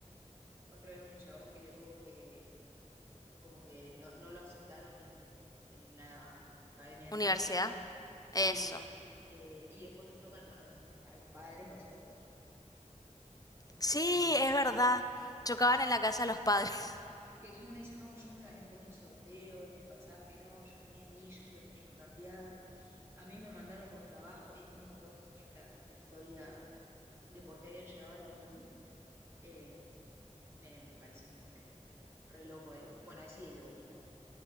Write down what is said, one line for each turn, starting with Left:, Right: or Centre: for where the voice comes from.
Right: otro era un chabón que le tuvo que, como que no, no lo aceptaron en, en una academia de
Left: universidad,
Right: música, sí,
Left: eso.
Right: en una... eh, y después que chocan lo- en- a los padres, o sea,
Left: Sí,
Right: eh,
Left: es verdad. Chocaban en la casa de los padres. <laughs>
Right: que encima uno dice, no, yo me gané por un sorteo este pasaje, no, yo tenía millas y lo tenía que cambiar, a mí me mandaron por trabajo y es como que todos tenían la, la historia de por qué habían llegado al avión, eh, me, me parece como re, re loco, digamos. Bueno, ese y el de Bombita.